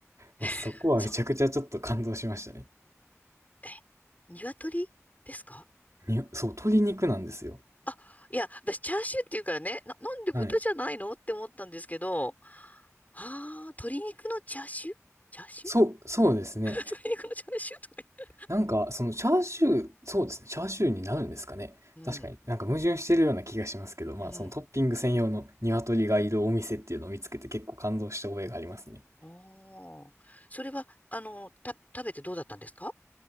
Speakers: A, on the right; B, on the left.
A: まあ、
B: <laughs>
A: そこはめちゃくちゃちょっと感動しましたね。
B: そう。え、鶏ですか
A: にそう、鶏肉なんですよ。
B: あ、いや、私、チャーシューっていうからね、な、なんで豚じゃないのって思ったんですけど、
A: はい。
B: ああ、鶏肉のチャーシューチャーシュー
A: そう、そうですね。
B: <laughs> 鶏肉のチャーシューとか
A: なんか、そのチャーシュー、そうですね。チャーシューになるんですかね。
B: 言って。
A: 確かになんか矛盾してるような気がしますけど、まあそのトッピング専用の鶏がいるお店っていうのを見つけて結構感動した覚えがありますね。
B: うん、うん。ああ。それは、あの、た、食べてどうだったんですか